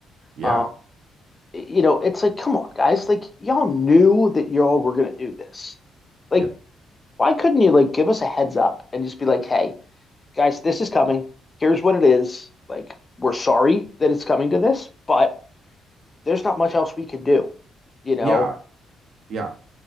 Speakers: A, on the right; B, on the left.
A: yeah,
B: Um, you know, it's like, come on, guys, like y'all knew that y'all were gonna do this. Like
A: yeah,
B: Why couldn't you like give us a heads up and just be like, hey, guys, this is coming. Here's what it is. Like, we're sorry that it's coming to this, but there's not much else we can do. You know,
A: yeah, yeah,